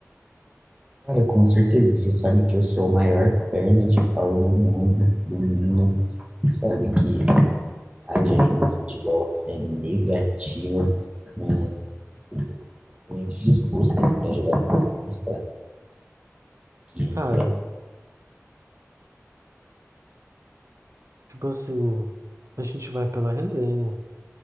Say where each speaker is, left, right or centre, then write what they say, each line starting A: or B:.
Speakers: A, on the right; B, on the right.
A: Cara, com certeza, você sabe que eu sou a maior perna de pau do mundo, do mundo. Sabe que a minha idade ainda, o futebol é negativa, mas eu tô completamente disposto a ir pra jogar com vocês, pra que ainda
B: Cara, tipo assim, a gente vai pela resenha.